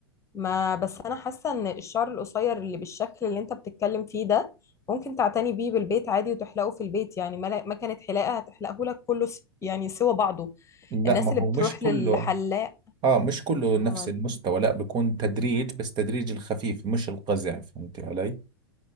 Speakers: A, on the left; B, on the right.
A: ما بس انا حاسه ان الشعر القصير اللي بالشكل اللي انت بتتكلم فيه ده ممكن تعتني بيه بالبيت عادي وتحلقه في البيت يعني ما ما كانت حلاقه هتحلقه لك كله س- يعني سوى بعضه
B: لا
A: الناس
B: ما
A: اللي
B: هو
A: بتروح
B: مش كله
A: للحلاق
B: اه مش كله نفس
A: امال
B: المستوى لا بيكون تدريج بس تدريج الخفيف مش القزع فهمتي علي